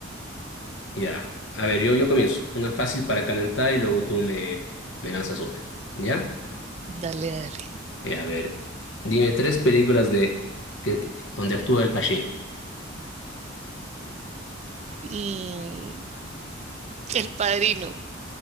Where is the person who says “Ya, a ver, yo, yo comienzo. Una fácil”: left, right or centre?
Left